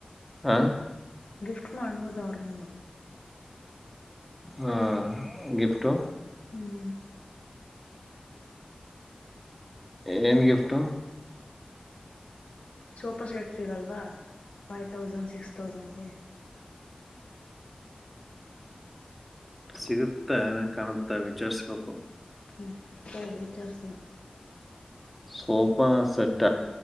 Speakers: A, in the centre; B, on the left.
A: ಹಾ
B: ಗಿಫ್ಟ್ ಮಾಡ್ಬೋದು ಅವ್ರಿಗೂನು
A: ಹಾ ಗಿಫ್ಟು
B: ಹ್ಮ್ ಹ್ಮ
A: ಏನು ಗಿಫ್ಟು
B: ಸೂಪರ್ ಸೆಟ್ ಸಿಗಲ್ವಾ ಫೈ ತೌಸಂಡ್ ಸಿಕ್ಸ್ ತೌಸಂಡ್ಗೆ
A: ಸಿಗುತ್ತಾ ಕಾಣುತ್ತಾ ವಿಚಾರ್ಸಬೇಕು
B: ಹ್ಞ ಚ ವಿಚಾರ ಸ
A: ಸೊಪಾ ಸಟ